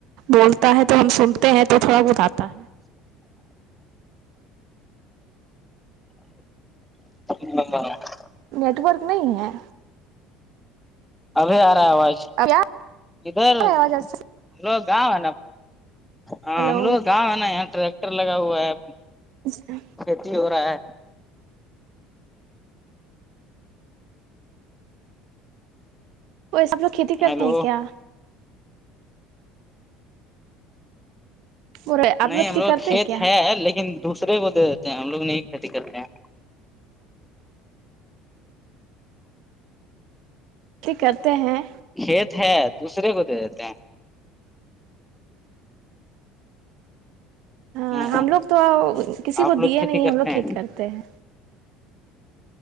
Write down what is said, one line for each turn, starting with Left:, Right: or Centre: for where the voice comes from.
Right: بولتا ہے تو ہم سنتے ہیں تو تھوڑا بت آاتا ہے
Centre: ہ
Right: نیٹ ورک نہیں ہے
Centre: ابھی آ رہا ہے آواز
Right: اب کیا
Centre: ادھر
Right: آواز ایسے
Centre: ہم لو گاؤں ہے نا ہاں
Right: ہیلو
Centre: ہم لوگ گاؤں ہے نا یہاں ٹریکٹر لگا ہوا ہے
Right: اچا
Centre: کھیتی ہو رہا ہے
Right: وہ یہ سب لوگ کھیتی کرتے
Centre: ہیلو
Right: ہیں کیا برے آپ
Centre: نہیں ہم
Right: کھیتی
Centre: لوگ
Right: کرتے
Centre: کھیت
Right: ہیں کیا
Centre: ہے لیکن دوسرے کو دے دیتے ہیں ہم لوگ نہیں کھیتی کرتے ہیں
Right: کرتے ہیں
Centre: کھیت ہے دوسرے کو دے دیتے ہیں
Right: ہاں
Centre: ہ
Right: ہم لوگ تو کسی
Centre: آپ
Right: کو
Centre: لوگ
Right: دیے
Centre: کھیتی
Right: نہیں
Centre: کرتے
Right: ہم لوگ کھیتی
Centre: ہیں
Right: کرتے ہیں